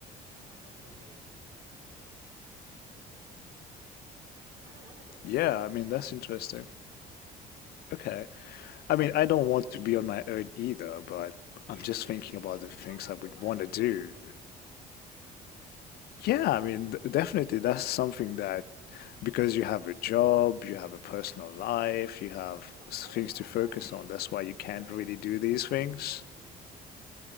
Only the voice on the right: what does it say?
make myself go crazy. You know, I don't want to be on my
own.
<laughs>
Yes,
you
do. You
want
to
travel
the world.
<laughs> No.
Yeah, but
on
your
own
with
no
one to
interact
with.